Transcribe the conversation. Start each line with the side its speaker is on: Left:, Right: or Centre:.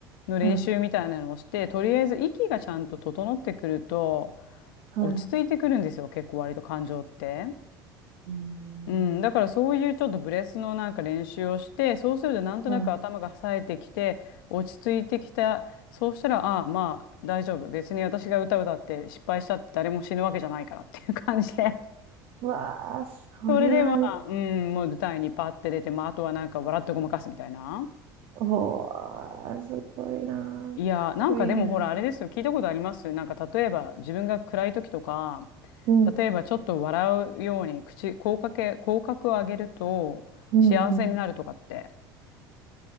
Left: の練習みたいなのをして、
Right: はい、
Left: とりあえず息がちゃんと整ってくると
Right: はい。
Left: 落ち着いてくるんですよ。結構割と感情って。
Right: うん。
Left: うん、だからそういうちょっとブレスのなんか練習をして、そうするとなんとなく頭が冴えてきて、
Right: はい。
Left: 落ち着いてきた。そうしたら、ああ、まあ大丈夫。別に私が歌歌って失敗したって誰も死ぬわけじゃないからっていう <laughs> 感じで。
Right: うわあ、それは、
Left: <laughs> それでまあ、うん、もう舞台にパッて出て、まああとはなんか笑ってごまかすみたいな。
Right: おー、すごいなー。
Left: いやー、
Right: かっこいいな。
Left: なんかでもほらあれですよ。聞いたことありますなんか例えば自分が暗い時とか、
Right: うん、
Left: 例えばちょっと笑うように口、口角、口角を上げると幸せになるとかって。
Right: うん、うん。